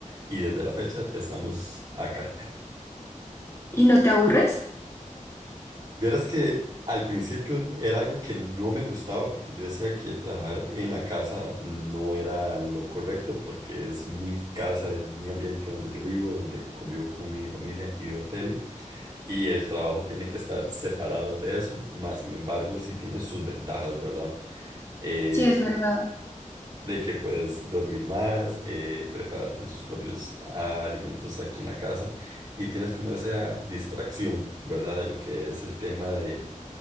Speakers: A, on the right (about 30°); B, on the left (about 20°).
A: y desde la fecha estamos acá.
B: ¿Y no te aburres?
A: <laughs> Vieras que al principio era algo que no me gustaba porque yo decía que trabajar en la casa no era lo correcto porque es mi casa, es mi ambiente donde yo vivo, donde convivo con mi familia y veo tele. y el trabajo tiene que estar separado de eso, más sin embargo, sí tiene sus ventajas, ¿verdad? Eh,
B: Sí, es verdad.
A: de que puedes dormir más, eh, prepararte tus propios ah, alimentos aquí en la casa y tienes como esa distracción, ¿verdad? De lo que es el tema de,